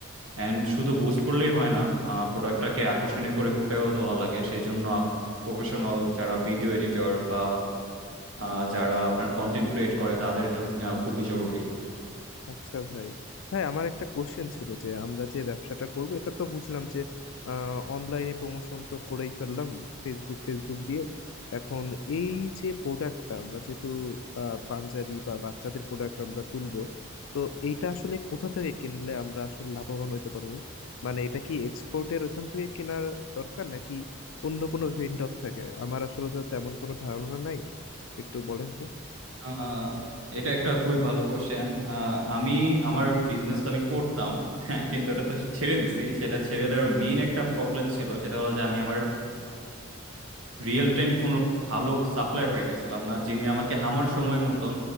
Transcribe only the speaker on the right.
অ্যান্ড শুধু বুস্ট করলেই হয় না প্রোডাক্টটাকে আকর্ষণীয় করে ফুটেও তোলা লাগে সেই জন্য প্রফেশনাল যারা ভিডিও এডিটর বা আহ, যারা আপনার কন্টেন্ট ক্রিয়েট করে তাদের হেল্প নেওয়া খুবই জরুরি
আহ, এটা একটা খুবই ভালো কোশ্চেন আমি আমার বিজনেস তো আমি করতাম <laughs> হ্যাঁ, কিন্তু এটা তো ছেড়ে দিছি সেটা ছেড়ে দেওয়ার মেইন একটা প্রবলেম ছিল সেটা হলো যে আমি আমার রিয়েল টাইম কোনো ভালো সাপ্লায়ার পাইতেছিলাম না যিনি আমাকে আমার সময় মতন